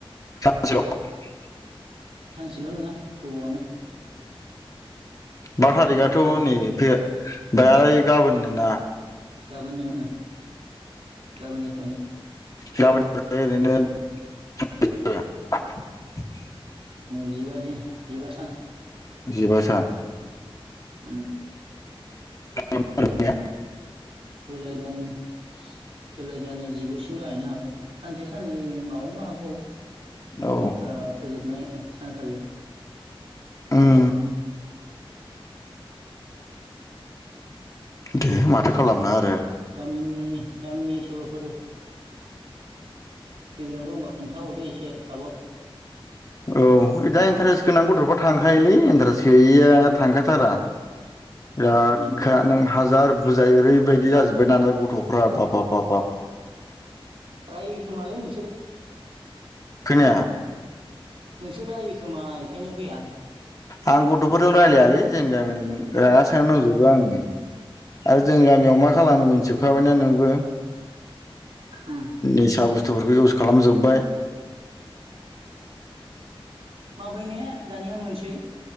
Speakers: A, on the left (about 35°); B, on the right (about 80°).
A: सानसेल' <unintelligible>
B: सानसेल' नङा गोबावआनो
A: बार थारिखआथ'
B: फन्द्र' दिन
A: नै फैगादालाय गाबोननोना
B: गाबोन ओम गाबोननिफ्रायनो
A: गाबोन ओरैनो <unintelligible>
B: जिबा दिन जिबा सान
A: जिबा सान
B: ओम
A: <inaudible>
B: जलाय दानो <inaudible> जुलाइ दान जिगुसिम जाहैनो हागौ सानसे साननै माबानोबो हागौ ओ
A: औ
B: फोजोबनाय सानखालि
A: उम दे माथो खालामनो आरो
B: गामिनि गामिनि सोबाफोर फैग्रा दंबा खोन्थाहरदो एसे क्लाबाव
A: औ दा इन्टारेस्ट गोनां गथ'फ्रा थांखायोलै इन्टारेस्ट गैयैया थांखाथारा <inaudible> बिराद
B: ओम
A: खा नों हाजार बुजाय ओरैबायदि जाजोब्बाय ना गथ'फ्रा बाबाबाबाब
B: रायो खोमालै नों <unintelligible>
A: खोनाया
B: नोंसोर रायो खोमा बेखायनो फैया
A: आं गथ'फोरजों रायलायालै जोंनि गामिनिजों रागा सो जोंना दंजोबो आं आरो जों गामियाव मा खालामनो मोनथिबखाबायना नोंबो
B: ओम
A: निसा बुस <unintelligible> बुस्थुफोरखौ इउस खालामजोब्बाय
B: माबैने दानिया मोनसै